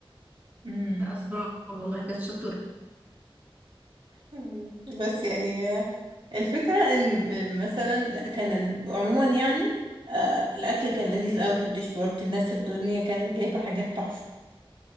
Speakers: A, on the right; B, on the right.
A: امم
B: لا أصل برافو والله بجد شطوره
A: مم. بس يعني آه، الفكرة ان آه، مثلا كان ال- عموما يعني آه، الاكل كان لذيذ قوي في الديش بورت الناس الدنيا كانت جايبة حاجات تحفة